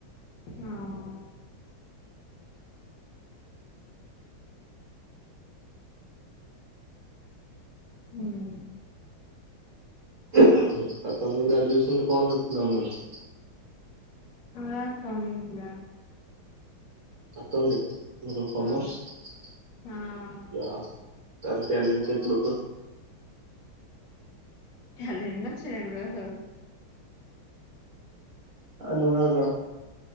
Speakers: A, on the left; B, on the right.
A: ହଁ ହୁଁ
B: ଆଉ ତମେ ଗ୍ରାଜୁଏସନ ରେ କଣ ରଖଥିଲ ଅନର୍ସ?
A: <unintelligible>
B: ଆକାଉଣ୍ଟିଙ୍କି କଣ କମର୍ସ
A: ହଁ ହଁ
B: ଆ ଚାଲ ଟ୍ୟାଲେଣ୍ଟେଡ ଲୋକ।
A: ଟାଲେନ୍ଟ ନା ଛେନା ଗୁଡ ହ।
B: ଆ ନୁଆ କଣ?